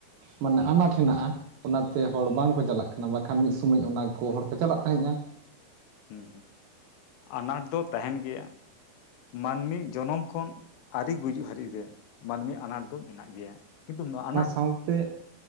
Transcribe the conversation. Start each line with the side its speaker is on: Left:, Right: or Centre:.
Right: ᱢᱟᱱᱮ ᱟᱱᱟᱴ ᱦᱮᱱᱟᱜᱼᱟ ᱚᱱᱟᱛᱮ ᱦᱚᱲ ᱵᱟᱝᱠᱚ ᱪᱟᱞᱟᱜ ᱠᱟᱱᱟ ᱵᱟᱠᱷᱟᱱ ᱢᱤᱫ ᱥᱚᱢᱚᱭ ᱚᱱᱟ ᱠᱚ ᱦᱚᱲ ᱠᱚ ᱪᱟᱞᱟᱜ ᱛᱟᱦᱮᱸᱫᱼᱟ
Left: ᱦᱩᱸ ᱟᱱᱟᱴ ᱫᱚ ᱛᱟᱦᱮᱱ ᱜᱮᱭᱟ᱾ ᱢᱟᱹᱱᱢᱤ ᱡᱚᱱᱚᱢ ᱠᱷᱚᱱ <inaudible> ᱟᱹᱨᱤ ᱜᱩᱡᱩᱜ ᱦᱟᱹᱨᱤ ᱨᱮ ᱢᱟᱹᱱᱢᱤ ᱟᱱᱟᱴ ᱫᱚ ᱢᱮᱱᱟᱜ ᱜᱮᱭᱟ ᱠᱤᱱᱛᱩ ᱱᱚᱣᱟ ᱟᱱᱟᱴ
Right: ᱥᱟᱣᱛᱮ